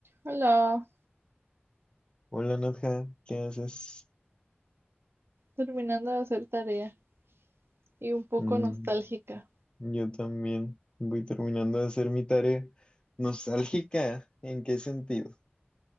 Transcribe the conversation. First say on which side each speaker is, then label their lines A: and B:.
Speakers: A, on the right; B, on the left.
A: Hola,
B: Hola Nadja, ¿qué haces?
A: terminando de hacer tarea y un poco
B: Mm,
A: nostálgica,
B: yo también voy terminando de hacer mi tarea. ¿Nostálgica? ¿En qué sentido?